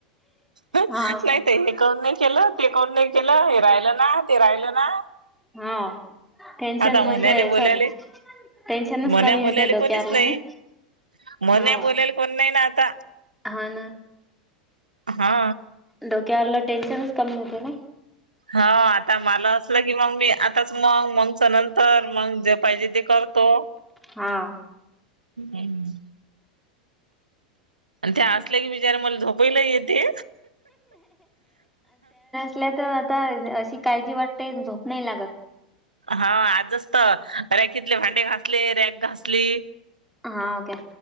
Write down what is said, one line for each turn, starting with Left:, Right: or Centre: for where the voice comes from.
Right: नाही
Centre: हाव का
Right: ते हे करून नाही केलं ते कोण नाही केलं हे राहिलं ना, ते राहिलं ना
Centre: हा. टेन्शन
Right: आता
Centre: म्हणजे
Right: म्हणाले बोलायले
Centre: अस टेन्शनच
Right: म्हण्या
Centre: कमी
Right: बोलायले
Centre: होते डोक्याला
Right: कोणीच नाही
Centre: नाय.
Right: म्हण्या
Centre: हाव
Right: बोलायला कोण नाही ना आता
Centre: हा ना
Right: हा.
Centre: डोक्याला टेनशनच कमी होते ना
Right: हा आता मला असलं की मग मी आताच मग मगच नंतर मग जे पाहिजे ते कर तो
Centre: हा.
Right: हम्म. त्या असल्या की बिचाऱ्या मला झोपायला येते
Centre: आपल्या तर आता अशी काळजी वाटते अन झोप नाही लागत
Right: हा आजच तर रॅकीतले भांडे घासले, रॅक घासली.
Centre: हां ओके.